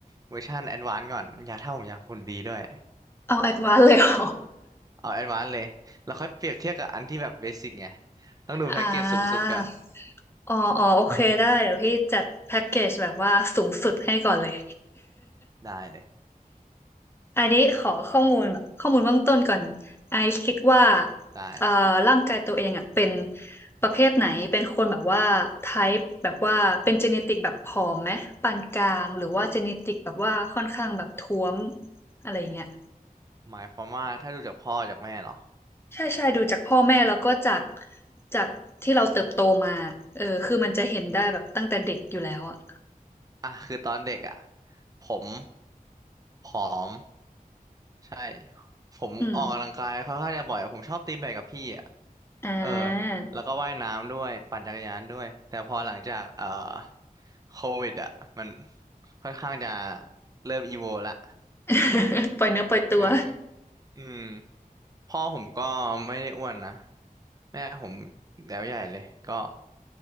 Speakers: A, on the right; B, on the left.
A: เวอร์ชันแอดวานซ์ก่อนอยากถ้าผมอยากหุ่นดีด้วย
B: เอาแอดวานเลย <laughs> เหรอ
A: เอาแอดวานซ์เลย แล้วค่อยเปรียบเทียบกับอันที่แบบเบสิกไงต้องดูแพ็กเกจสูงสุดก่อน
B: อ่าอ๋ออ๋อโอเคได้เดี๋ยวพี่จัดแพ็กเกจแบบว่าสูงสุดให้ก่อนเลย
A: ได้เลย
B: อันนี้ขอข้อมูลแบบข้อมูลเบื้องต้นก่อนไอซ์คิดว่า
A: ได้
B: เอ่อร่างกายตัวเองอ่ะเป็นประเภทไหน เป็นคนแบบว่าไทป์แบบว่าเป็นเจเนติกแบบผอมไหมปานกลางหรือว่าเจเนติกแบบว่าค่อนข้างแบบท้วมอะไรอย่างเงี้ย
A: หมายความว่าถ้าดูจากพ่อจากแม่เนาะ
B: ใช่ใช่ดูจากพ่อแม่แล้วก็จากจากที่เราเติบโตมาเออคือมันจะเห็นได้แบบตั้งแต่เด็กอยู่แล้วอ่ะ
A: อ่ะคือตอนเด็กอ่ะผมผอม ใช่ ผมออกกำลังกายค่อนข้างจะบ่อยอะผมชอบตีแบดกับพี่อ่ะ
B: อืมอ่า
A: เออ แล้วก็ว่ายน้ำด้วย ปั่นจักรยานด้วย แต่พอหลังจากเอ่อโควิดอ่ะมันค่อนข้างจะเริ่มอีโวละ
B: <laughs> ปล่อยเนื้อปล่อยตัว
A: เอออืม พ่อผมก็ไม่ได้อ้วนนะแม่ผมแล้วใหญ่เลยก็